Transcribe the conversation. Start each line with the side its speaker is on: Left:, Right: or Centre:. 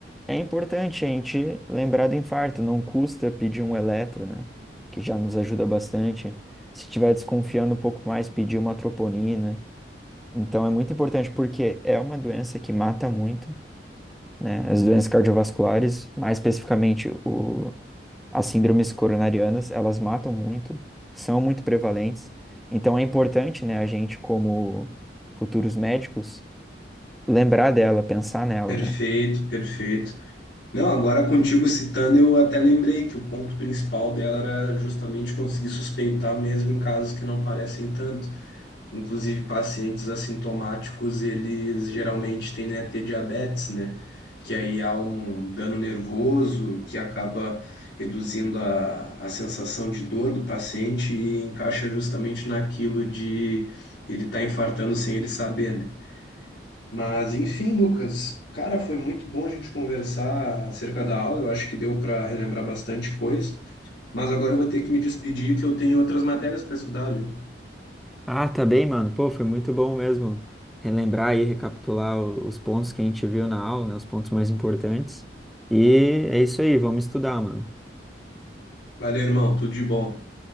Centre: é importante a gente lembrar do infarto. Não custa pedir um eletro, né? Que já nos ajuda bastante. Se estiver desconfiando um pouco mais, pedir uma troponina. Então é muito importante porque é uma doença que mata muito, né? As doenças cardiovasculares, mais especificamente o, as síndromes coronarianas, elas matam muito, são muito prevalentes. Então é importante, né, a gente como futuros médicos lembrar dela, pensar nela,
Left: Perfeito,
Centre: né?
Left: perfeito. Não, agora contigo citando, eu até lembrei que o ponto principal dela era justamente conseguir suspeitar mesmo em casos que não parecem tanto. Inclusive, pacientes assintomáticos, eles geralmente tendem a ter diabetes, né? Que aí há um dano nervoso que acaba reduzindo a, a sensação de dor do paciente e encaixa justamente naquilo de ele estar infartando sem ele saber, né? Mas enfim, Lucas, cara, foi muito bom a gente conversar acerca da aula. Eu acho que deu para relembrar bastante coisa. Mas agora eu vou ter que me despedir, que eu tenho outras matérias para estudar, viu?
Centre: Ah, tá bem, mano. Pô, foi muito bom mesmo relembrar e recapitular o- os pontos que a gente viu na aula, né? Os pontos mais importantes. E é isso aí, vamos estudar, mano.
Left: Valeu, irmão. Tudo de bom.